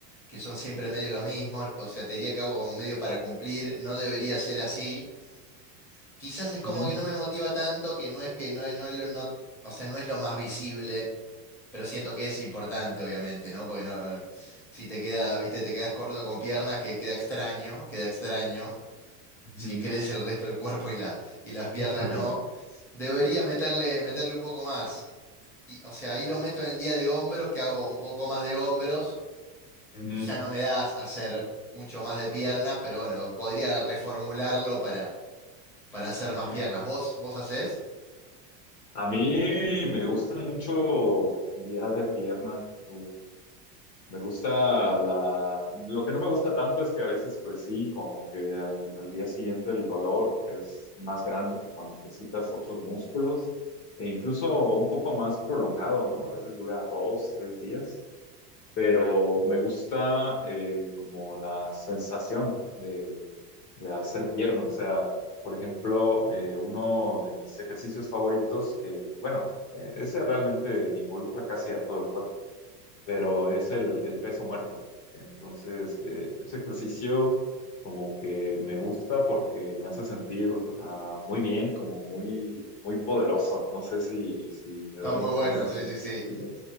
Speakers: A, in the centre; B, on the left.
A: que son siempre medio los mismos. O sea, te diría que hago como medio para cumplir. No debería ser así. Quizás es
B: Ujú,
A: como que no me motiva tanto, que no es que no, es- no es lo, no, o sea, no es lo más visible, pero siento que es importante, obviamente, ¿no? Porque no, eh, si te queda, viste, te quedas corto con piernas, que queda extraño, queda extraño.
B: ujú.
A: Si crece el resto del cuerpo y la, y las piernas
B: <laughs>
A: no. Debería meterle, meterle un poco más. Y, O sea, ahí lo meto en el día de hombros, que hago un poco más de hombros
B: Ujú,
A: y ya no me da hacer mucho más de pierna, pero bueno, podría reformularlo para, para hacer
B: ujú.
A: más piernas. ¿Vos, vos hacés?
B: A mí me gusta mucho el día de pierna. eh, Me gusta la... Lo que no me gusta tanto es que a veces, pues sí, como que al, al día siguiente el dolor es más grande que cuando ejercitas otros músculos e incluso un poco más prolongado, ¿no? A veces dura dos, tres días, pero me gusta eh, como la sensación de, de hacer pierna. O sea, por ejemplo, eh, uno de mis ejercicios favoritos que, bueno, eh, ese realmente involucra casi a todo el cuerpo pero es el, el peso muerto. Entonces, eh, este ejercicio como que me gusta porque me hace sentir ah, muy bien, como muy, muy poderoso. No sé si, si me
A: Está
B: doy
A: muy
B: a entender
A: bueno, sí,
B: con
A: sí,
B: ese
A: sí.
B: sentido.